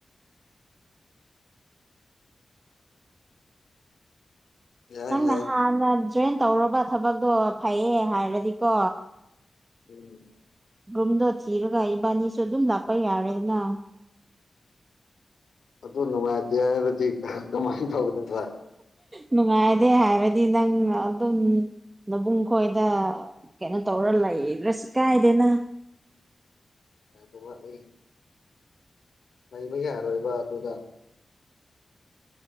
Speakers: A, on the left; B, on the right.
A: ꯌꯥꯏ
B: ꯅꯪꯅ
A: ꯌꯥꯏ
B: ꯍꯥꯟꯅ ꯖꯣꯏꯟ ꯇꯧꯔꯕ ꯊꯕꯛꯇꯣ ꯐꯩꯌꯦ ꯍꯥꯏꯔꯗꯤꯀꯣ
A: ꯎꯝ
B: ꯔꯨꯝꯗꯣ ꯊꯤꯔꯒ ꯏꯕꯥꯅꯤꯁꯨ ꯑꯗꯨꯝ ꯂꯥꯛꯄ ꯌꯥꯔꯦꯅꯥ
A: ꯑꯗꯨ ꯅꯨꯡꯉꯥꯏꯇꯦ ꯍꯥꯏꯔꯗꯤ ꯀꯃꯥꯏꯟ ꯇꯧꯒꯗꯕ
B: ꯅꯨꯡꯉꯥꯏꯔꯦ ꯍꯥꯏꯔꯗꯤ ꯅꯪꯅ ꯑꯗꯨꯝ ꯅꯕꯨꯡ ꯈꯣꯏꯗ ꯀꯩꯅꯣ ꯇꯧꯔ ꯂꯩꯕ꯭ꯔꯁꯨ ꯀꯥꯏꯗꯦꯅꯥ
A: ꯉꯥꯏꯈꯣꯕꯥ ꯑꯩ ꯂꯩꯕ ꯌꯥꯔꯣꯏꯕ ꯑꯗꯨꯒ